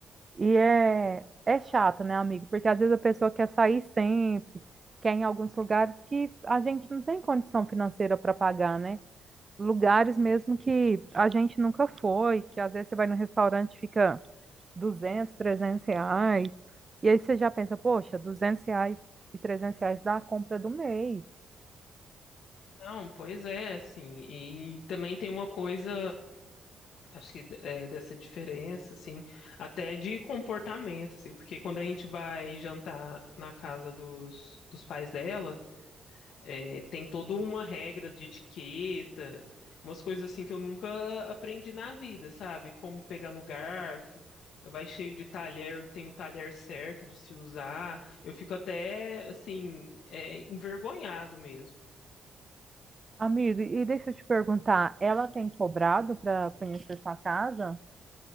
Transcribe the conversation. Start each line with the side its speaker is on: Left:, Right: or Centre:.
Right: E é, é chato, né, amigo? Porque às vezes a pessoa quer sair sempre, quer ir em alguns lugares que a gente não tem condição financeira para pagar, né? Lugares mesmo que a gente nunca foi, que às vezes você vai no restaurante e fica 200, 300 reais. E aí você já pensa, poxa, 200 reais e 300 reais dá a compra do mês.
Left: Não, pois é, assim, e também tem uma coisa, acho que é, dessa diferença, assim, até de comportamento, assim, porque quando a gente vai jantar na casa dos, dos pais dela, É, tem toda uma regra de etiqueta, umas coisas assim que eu nunca aprendi na vida, sabe? Como pegar no garfo, vai cheio de talher, tem o talher certo de se usar. Eu fico até, assim, é, envergonhado mesmo.
Right: Amigo, e deixa eu te perguntar, ela tem cobrado para conhecer sua casa?